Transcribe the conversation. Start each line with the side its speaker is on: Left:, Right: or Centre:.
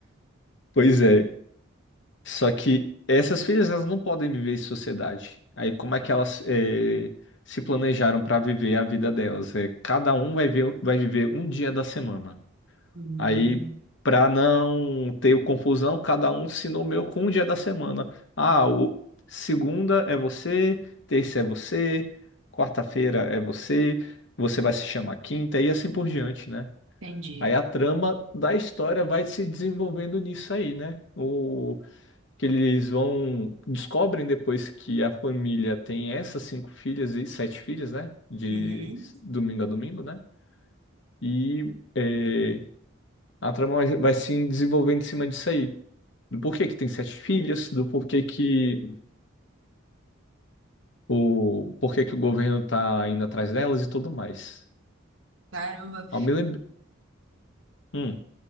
Left: pois é. Só que essas filhas elas não podem viver em sociedade. Aí como é que elas eh, se planejaram para viver a vida delas? É, cada um vai ver- vai viver um dia da semana.
Right: Hum,
Left: Aí, para não ter o confusão, cada um se nomeou com um dia da semana. Ah, o segunda é você, terça é você, quarta-feira é você, você vai se chamar quinta e assim por diante, né?
Right: entendi.
Left: Aí a trama da história vai se desenvolvendo nisso aí, né? O que eles vão descobrem depois que a família tem essas cinco filhas e sete filhas, né? De
Right: Uhum.
Left: domingo a domingo, né? E eh, a trama vai vai se desenvolvendo em cima disso aí. Do porquê que tem sete filhas, do porquê que o, porquê que o governo tá indo atrás delas e tudo mais.
Right: Caramba.
Left: Eu me lembro... Hum.